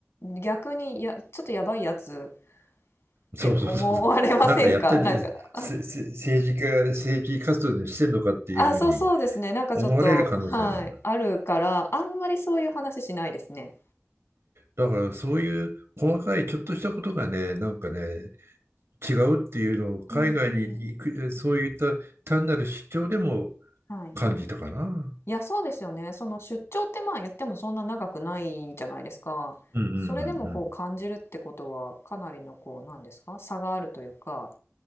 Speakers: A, on the left (about 80°); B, on the right (about 80°).
A: 逆にや、ちょっとやばいやつって思われませんかなんか、
B: そうそうそうそう。なんかやってんで、
A: あ、
B: せ、せ、政治家、政治活動でしてんのかっていうふうに
A: あ、そうそうですね。なんかちょっと、
B: 思われる可能性はある。
A: はい。あるから、あんまりそういう話しないですね。
B: だからそういう細かいちょっとしたことがね、なんかね、違うっていうのを海外に行く、
A: うんうん
B: そういった単なる主張でも
A: はい。
B: 感じたかな。
A: いや、そうですよね。その出張ってまあ言ってもそんな長くないじゃないですか。
B: うんうん
A: それでもこう感じるってことはかなりのこうなんですか差があるというか